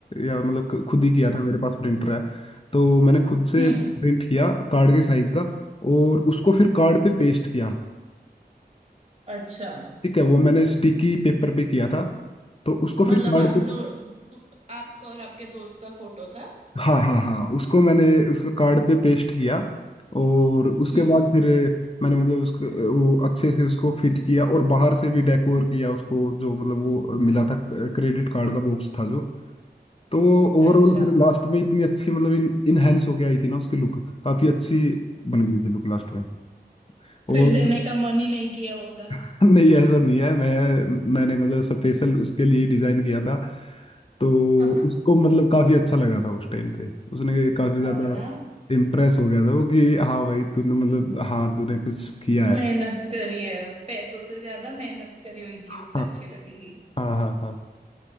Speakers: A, on the left; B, on the right.
A: या मतलब ख- खुद ही किया था मेरे पास प्रिंटर है तो मैंने खुद से
B: हम्म
A: प्रिंट किया कार्ड के साइज का और उसको फिर कार्ड पे पेस्ट किया
B: अच्छा
A: ठीक है वो मैंने स्टिकी पेपर पे किया था तो उसको फिर
B: मतलब
A: कार्ड
B: आप
A: पे
B: दो तु- आपका और आपके दोस्त का फोटो था
A: हाँ हाँ हाँ उसको मैंने उसको कार्ड पे पेस्ट किया और उसके
B: हम्म
A: बाद फिर मैंने मतलब उसको वो अच्छे से उसको फिट किया और बाहर से भी डेकोर किया उसको जो मतलब वो मिला था क्रेडिट कार्ड का बॉक्स था जो तो वो ओवरऑल
B: अच्छा
A: फिर लास्ट में इतनी अच्छी मतलब इन इनहेंस होके आई थी ना उसकी लुक काफी अच्छी बन गई थी लुक लास्ट में और
B: फिर देने का मन ही नहीं किया होगा
A: <laughs> नहीं ऐसा नहीं है मैं मैंने मतलब स्पेशल उसके लिए डिजाइन किया था तो
B: <laughs>
A: उसको मतलब काफी अच्छा लगा था उस टाइम पे उसने काफी ज्यादा
B: हाँ ना
A: इम्प्रेस हो गया था वो कि हाँ भाई तूने मतलब हाँ तूने कुछ किया है
B: मेहनत करी है पैसों से ज्यादा मेहनत करी हुई गिफ्ट
A: हाँ
B: अच्छी लगेगी
A: हाँ हाँ हाँ